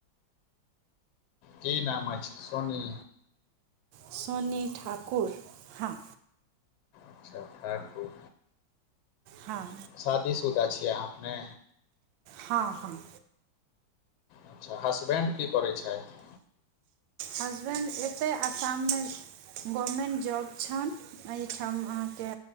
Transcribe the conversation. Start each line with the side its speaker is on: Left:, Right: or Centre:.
Left: की नाम अछि सोनी।
Right: सोनि ठाकुर हाँ।
Left: अच्छा ठाकुर।
Right: हँ।
Left: शादी-शुदा छियै अहाँ अपने।
Right: हँ- हँ।
Left: अच्छा हसबैंड की करैत छाइथ।
Right: हसबैंड एतय आसाममे गवर्मेंट जॉब छनि एहिठाम अहाँके